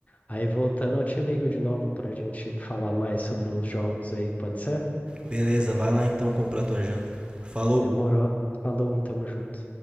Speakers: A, on the left; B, on the right.
A: Aí voltando, eu te ligo de novo pra gente falar mais sobre uns jogos aí, pode ser?
B: Beleza, vai lá então comprar tua janta. Falou.
A: Demorou. Falou, tamo junto.